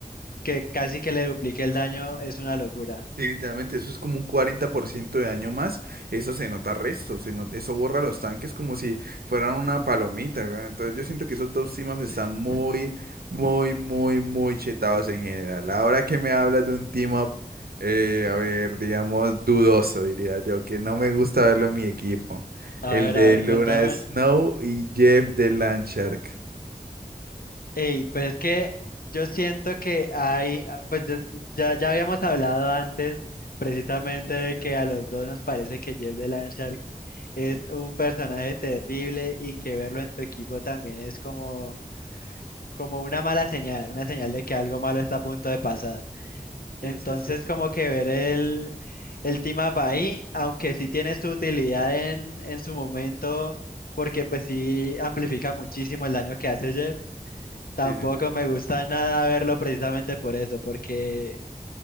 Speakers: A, on the left; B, on the right.
A: que casi que le duplique el daño es una locura.
B: Sí, literalmente eso es como un 40% de daño más. Eso se nota resto, se no- eso borra los tanques como si fueran una palomita, ¿verdad? Entonces yo siento que
A: <laughs>
B: esos dos teams están muy, muy, muy, muy chetados en general. Ahora que me hablas de un team up, eh, a ver, digamos, dudoso, diría yo, que no me gusta verlo en mi equipo.
A: A
B: El
A: ver,
B: de
A: a ver,
B: Luna
A: cuéntame.
B: Snow y Jeff de Landshark.
A: Ey, pues es que yo siento que hay, ah, pues yo- ya, ya habíamos hablado antes precisamente de que a los dos nos parece que Jeff de Landshark es un personaje terrible y que verlo en tu equipo también es como, como una mala señal, una señal de que algo malo está a punto de pasar.
B: Sí,
A: Entonces,
B: sí, sí. Sí,
A: como que ver el, el team up ahí, aunque sí tiene su utilidad en, en su momento, porque pues sí amplifica muchísimo el daño que hace Jeff, tampoco
B: sí, sí.
A: me gusta nada verlo precisamente por eso, porque